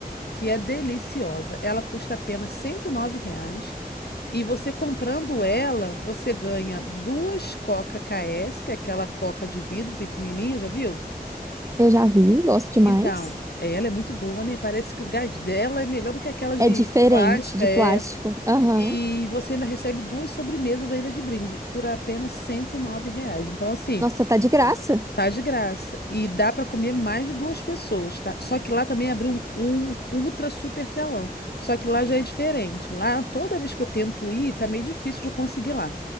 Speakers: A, on the left; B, on the right.
A: que é deliciosa. Ela custa apenas R$ nove reais. E você comprando ela, você ganha duas Coca KS, que é aquela coca de vidro pequenininha, já viu?
B: eu já vi, gosto demais.
A: Então, é, ela é muito boa, né? Parece que o gás dela é melhor do que aquela de,
B: É diferente
A: de plástica,
B: de
A: é.
B: plástico. Aham.
A: E você ainda recebe duas sobremesas ainda de brinde por apenas 109 reais. Então, assim,
B: Nossa, tá de graça.
A: tá de graça. E dá para comer mais de duas pessoas, tá? Só que lá também abriu um, um ultra super telão. Só que lá já é diferente. Lá, toda vez que eu tento ir, tá meio difícil de eu conseguir lá.